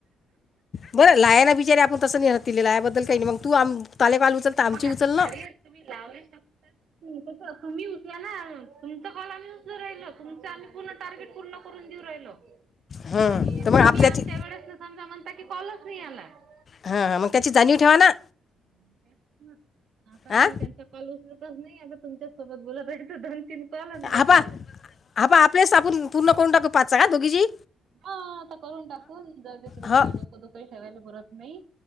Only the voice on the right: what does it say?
मग
अरे तुम्ही लावले शकत तर कसं तुम्ही उचला ना तुमचा कॉल आम्ही उचलो राहिलो आम्ही पूर्ण टार्गेट पूर्ण कर ऊ राहिल
आणि
तुम्ही
आमच्या वेळेस समजा म्हणता की कॉलच नाही आलात.
ना आता
मी त्यांचा कॉल उचलतच नाही आता तुमच्या सोबत बोलत आहे दोन तीन कॉल आणि बस
झालं.
हा आता करून टाकून जाऊदे तिकडे
काही डोकं दोकंही ठेवायला बोलत नाही.